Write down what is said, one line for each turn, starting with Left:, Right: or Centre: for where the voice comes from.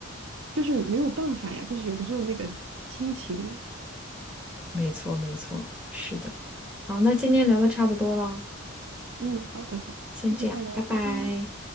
Right: 就是没有办法呀，就是有的时候那个亲情，
Centre: 没错没错，是的。好，那今天聊的差不多了，
Right: 嗯，好的好的，
Centre: 先这样，
Right: 下次再聊，
Centre: 拜拜。
Right: 拜拜。